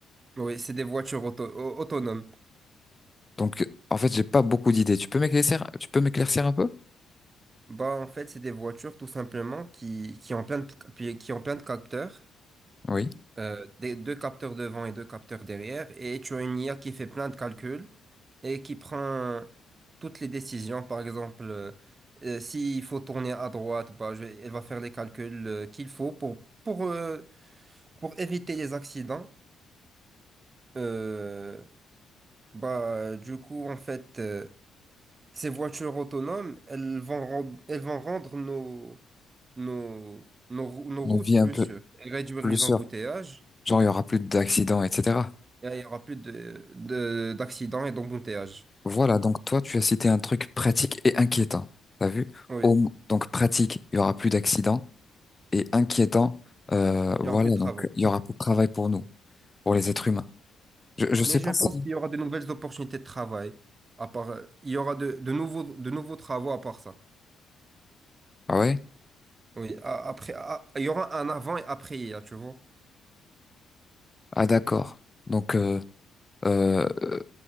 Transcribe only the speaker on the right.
Oui, c'est des voitures auto- au- autonomes.
Bah, en fait, c'est des voitures tout simplement qui, qui ont plein de, qui ont plein de capteurs
euh, des deux capteurs devant et deux capteurs derrière, et tu as une IA qui fait plein de calculs et qui prend toutes les décisions. Par exemple, euh, euh, s'il faut tourner à droite, bah, je- elle va faire les calculs euh, qu'il faut pour, pour, euh, pour éviter les accidents. Euh, bah, du coup, en fait, euh, ces voitures autonomes, elles vont, rend- elles vont rendre nos, nos, nos, rou- nos
routes
plus
sûres et réduire
les
embouteillages.
Et là, Il y aura plus de, de- d'accidents et d'embouteillages.
Oui,
il y aura plus de travail.
Mais
je pense
qu'il y aura de nouvelles opportunités de travail. À part, euh, il y aura de, de nouveaux, de nouveaux travaux à part ça.
Oui, a- après, a- il y aura un avant et après hier, tu vois.